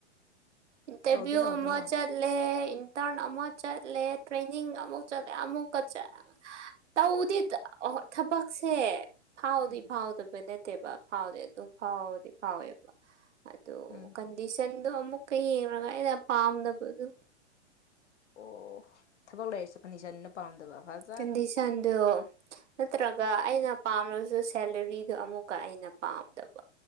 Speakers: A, on the right; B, on the left.
A: ꯏꯠꯇꯕꯤꯌꯨ
B: ꯍꯧꯗꯤ ꯍꯧꯗꯧ
A: ꯑꯃ
B: ꯃꯥꯟꯗꯦ
A: ꯆꯠ ꯂꯦ ꯏꯟꯇꯔꯟ ꯑꯃ ꯆꯠꯂꯦ ꯇ꯭ꯔꯦꯅꯤꯡ ꯑꯃꯨꯛ ꯆꯠꯂꯦ ꯑꯃꯨꯛꯀ ꯆꯠ ꯇꯧꯗꯤ ꯇ ꯑꯍꯣ ꯊꯕꯛꯁꯦ ꯐꯥꯎꯗꯤ
B: ꯎꯝ
A: ꯐꯥꯎꯗꯕ ꯅꯠꯇꯦꯕ ꯐꯥꯎꯗꯤ ꯑꯗꯨꯝ ꯐꯥꯎꯕꯗꯤ ꯐꯥꯎꯋꯦꯕ ꯑꯗꯣ
B: ꯎꯝ
A: ꯀꯟꯗꯤꯁꯟꯗꯣ ꯑꯃꯨꯛꯀ ꯌꯦꯡꯔꯒ ꯑꯩꯅ ꯄꯥꯝꯗꯕꯗꯨ
B: ꯑꯣ ꯊꯕꯛ ꯂꯩꯔꯁꯨ ꯀꯗꯤꯁꯟꯅ ꯄꯥꯝꯗꯕ ꯐꯖ
A: ꯀꯟꯗꯤꯁꯟꯗꯨ ꯅꯠꯇ꯭ꯔꯒ ꯑꯩꯅ ꯄꯥꯝꯂꯁꯨ ꯁꯦꯂꯔꯤꯗꯨ ꯑꯃꯨꯛꯀ ꯑꯩꯅ ꯄꯥꯝꯗꯕ